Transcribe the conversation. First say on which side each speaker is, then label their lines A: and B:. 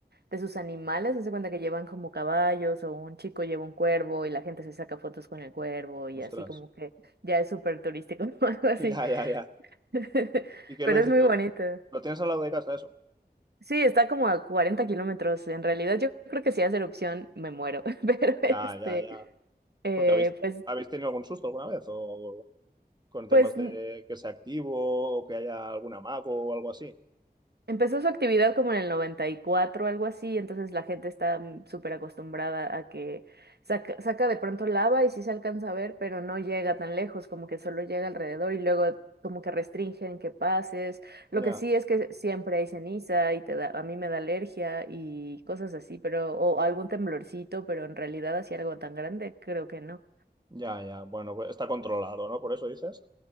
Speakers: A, on the right (about 75°); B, on the right (about 25°).
A: de sus animales, se cuenta que llevan como caballos o un chico lleva un cuervo y la gente se saca fotos con el cuervo y
B: Ostras.
A: así como
B: <laughs>
A: que ya es súper turístico <laughs> o algo así.
B: Ya, ya, ya.
A: <laughs>
B: ¿Y qué
A: Pero
B: lo dices?
A: es muy
B: ¿Que
A: bonito.
B: lo tienes al lado de casa eso?
A: Sí, está como a 40 kilómetros. En realidad yo creo que si hace erupción me muero, <laughs> pero este...
B: Ya, ya, ya.
A: Eh,
B: Porque habéis,
A: pues,
B: ¿habéis tenido algún susto alguna vez? ¿O con
A: pues
B: temas
A: n-
B: de que sea activo o que haya algún amago o algo así?
A: empezó su actividad como en el noventa y cuatro algo así, entonces la gente está mm, súper acostumbrada a que saca, saca de pronto lava y sí se alcanza a ver, pero no llega tan lejos, como que solo llega alrededor y luego como que restringen que pases. Lo
B: Ya,
A: que sí es que siempre hay ceniza y te da, a mí me da alergia y cosas así, pero, o algún temblorcito, pero en realidad así algo tan grande, creo que no.
B: ya, ya. Bueno, pues está controlado, ¿no? Por eso dices.